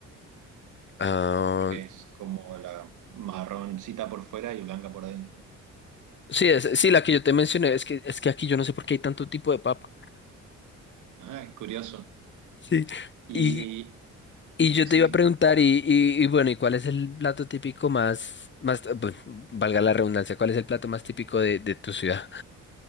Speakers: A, on the left; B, on the right.
A: Ah,
B: que es como la marroncita por fuera y blanca por dentro.
A: sí, es- sí, la que yo te mencioné, es que, es que aquí yo no sé por qué hay tanto tipo de papa.
B: Ajá, curioso.
A: Sí.
B: Y
A: y Y yo
B: sí,
A: te iba a preguntar, y, y, y bueno, ¿y cuál es el plato típico más, más, bueno, valga la redundancia, cuál es el plato más típico de, de tu ciudad?